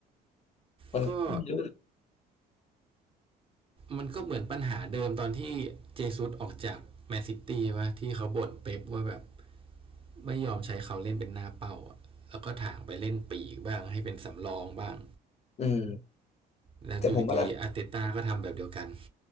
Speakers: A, on the left; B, on the right.
A: คนไม่รู้
B: ก็ มันก็เหมือนปัญหาเดิมตอนที่เจซุสออกจากแมนซิตี้ว่าที่เขาบ่นเป๊ปว่าแบบไม่ยอมใช้เขาเล่นเป็นหน้าเป้าอะแล้วก็ถางไปเล่นปีกบ้างให้เป็นสำรองบ้าง
A: อืม
B: แล้วอยู่ดีอาร์เตต้าก็ทำแบบเดียวกัน
A: แต่ผมว่าหลัก